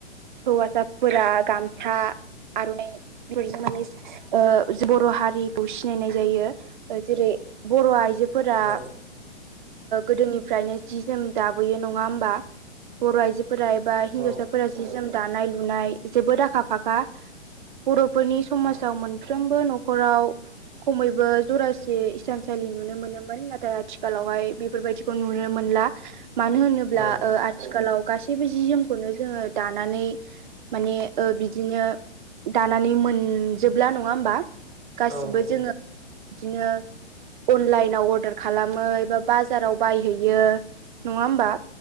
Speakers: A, on the right; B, on the right.
A: हौवासाफोरा गामसा आर'नाइ <unintelligible> ओ बर' हारिखौ सिनायनाय जायो जेरै बर' आइजो फोरा
B: औ
A: गोदोनिफ्रायनो जि जोम दाबोयो नङा होमबा बर' आइजोफोरा एबा हिन्जावसाफोरा
B: औ
A: जि जोम दानाय लुनाय जोबोद आखा फाखा बर'फोरनि समाजाव
B: औ
A: मोनफ्रोमबो न'खराव खमैबो जरासे इसानसालि नुनो मोनोमोन नाथाय आथिखालावहाय बेफोरबायदि नुनो मोनला मानो होनोब्ला
B: औ
A: लाव गासैबो जि जोमखौनो जोङो दानानै माने बिदिनो दानानै मोनजोबला नङा होमबा गासिबो
B: औ नंगौ
A: जोङो बिदिनो अनलाइनाव अर्दार खालामो एबि बाजाराव बायहैयो नङा होनबा?